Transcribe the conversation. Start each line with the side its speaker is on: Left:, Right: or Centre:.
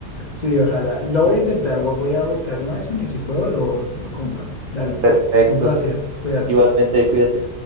Left: sí, ojalá. Lo voy a intentar, vo- voy a buscar el Madison y si puedo lo, lo compro. Dale,
Right: Perfecto.
Left: fue un placer, cuídate.
Right: Igualmente, cuídate.